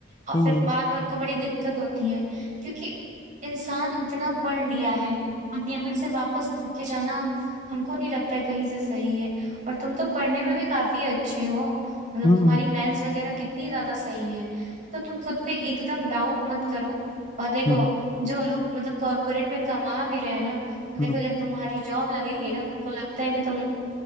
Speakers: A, on the right; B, on the left.
A: और
B: हम्म
A: फिर बाद में उनको बड़ी दिक्कत होती है क्योंकि इंसान इतना पढ़ लिया है अब यहाँ से वापस मुड़ के जाना हमको नहीं लगता है कहीं से सही है और तुम तो पढ़ने में भी काफी अच्छे हो मतलब
B: हम्म
A: तुम्हारी मैथ्स वगैरह कितनी ज्यादा सही है तो तुम खुद पे एकदम डाउट मत करो और देखो
B: हम्म
A: जो लोग मतलब कॉर्पोरेट में कमा भी रहे हैं ना तो देखो
B: हम्म
A: जब तुम्हारी जॉब लगेगी ना उनको लगता है कि तुम अ,